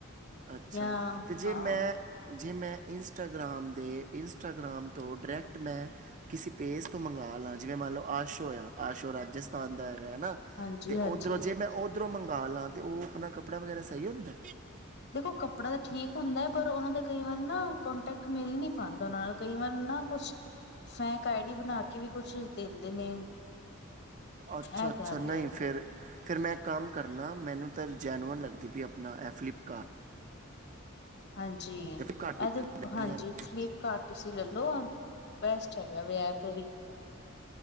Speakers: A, on the right (about 35°); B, on the left (about 55°).
A: ਅੱਛਾ
B: ਜਾਂ
A: ਤੇ ਜੇ
B: ਹਾਂ
A: ਮੈਂ ਜੇ ਮੈਂ, ਇੰਸਟਾਗ੍ਰਾਮ ਦੇ ਇੰਸਟਾਗ੍ਰਾਮ ਤੋਂ ਡਾਇਰੈਕਟ ਮੈਂ ਕਿਸੇ ਪੇਜ ਤੋਂ ਮੰਗਾਲਾਂ ਜਿਵੇਂ ਮੰਨ ਲਓ ਆਸ਼ੋ ਆ ਆਸ਼ੋ ਰਾਜਸਥਾਨ ਦਾ ਹੈ ਹਨਾ
B: ਹਾਂਜੀ
A: ਤੇ
B: ਹਾਂਜੀ
A: ਉੱਧਰੋਂ ਜੇ ਮੈਂ ਉਹ ਉੱਧਰੋਂ ਮੰਗਾ ਲਾਂ ਤਾਂ ਉਹ ਆਪਣਾ ਕੱਪੜਾ ਵਗੈਰਾ ਸਹੀ ਹੁੰਦਾ।
B: ਦੇਖੋ ਕੱਪੜਾ ਤਾਂ ਠੀਕ ਹੁੰਦਾ ਹੈ ਪਰ ਉਹਨਾਂ ਦਾ ਕਈ ਵਾਰ ਨਾ ਕੋਂਟੈਕਟ ਮਿਲ ਨੀ ਪਾਉਂਦਾ ਉਹ ਨਾਲ ਕਈ ਵਾਰ ਨਾ ਕੁਛ ਫੈਂਕ ਆਈ ਡੀ ਬਣਾ ਕੇ ਵੀ ਕੁਛ ਦਿੰਦੇ ਨੇ
A: ਅੱਛਾ
B: ਇਹ
A: ਅੱਛਾ,
B: ਗੱਲ
A: ਨਹੀਂ
B: ਏ
A: ਫਿਰ ਫਿਰ ਮੈਂ ਇੱਕ ਕੰਮ ਕਰਨਾ ਮੈਨੂੰ ਮਤਲਬ ਜੈਨੂਅਨ ਲਗਦੀ ਪਈ ਆਪਣਾ ਇਹ ਫਲਿੱਪਕਾਰਟ
B: ਹਾਂਜੀ, ਇਹਦੇ
A: ਤੇ ਫਲਿੱਪਕਾਰਟ ਤੇ ਖਰੀਦ ਲੈਣੇ
B: ਹਾਂਜੀ
A: ਆਪਣੇ
B: ਫਲਿੱਪਕਾਰਟ ਤੁਸੀਂ ਲੈਲੋ ਬੈਸਟ ਹੈਗਾ ਵੀ ਐਪ ਵੀ